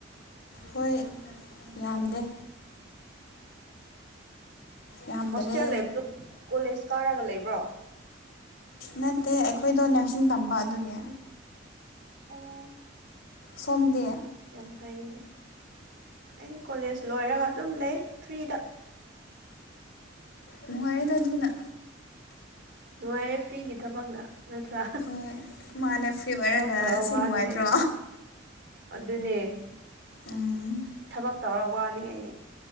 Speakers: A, on the left (about 85°); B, on the right (about 60°).
A: ꯍꯣꯏ ꯌꯥꯝꯗꯦ ꯌꯥꯝꯗꯔꯦ
B: ꯍꯣꯁꯇꯦꯜ ꯂꯩꯕꯗꯨ ꯀꯣꯂꯦꯖ ꯀꯥꯔꯒ ꯂꯩꯕ꯭ꯔꯣ
A: ꯅꯠꯇꯦ ꯑꯩꯈꯣꯏꯗꯣ ꯅꯔꯁꯤꯡ ꯇꯝꯕ ꯑꯗꯨꯒꯤ
B: ꯑꯣ
A: ꯁꯣꯝꯗꯤ
B: ꯌꯥꯝ ꯐꯩꯅꯦ ꯑꯩꯗꯤ ꯀꯣꯂꯦꯖ ꯂꯣꯏꯔꯒ ꯑꯗꯨꯝ ꯂꯩ ꯐ꯭ꯔꯤꯗ
A: ꯅꯨꯡꯉꯥꯏꯌꯦꯗ ꯗꯨꯅ
B: ꯅꯨꯡꯉꯥꯏꯌꯦ ꯐ꯭ꯔꯤꯒꯤ ꯊꯕꯛꯅ ꯅꯠꯇ꯭ꯔꯥ
A: ꯍꯣꯏ ꯃꯥꯅꯦ ꯐ꯭ꯔꯤ ꯑꯣꯏꯔꯒ
B: ꯊꯕꯛ ꯇꯧꯔ
A: ꯑꯁꯤ
B: ꯋꯥꯅꯤꯡꯉꯥꯏꯅꯦ
A: ꯅꯨꯡꯉꯥꯏꯇ꯭ꯔꯣ
B: ꯑꯗꯨꯅꯦ
A: ꯎꯝ
B: ꯊꯕꯛ ꯇꯧꯔ ꯋꯥꯅꯤꯡꯉꯥꯏꯅꯤ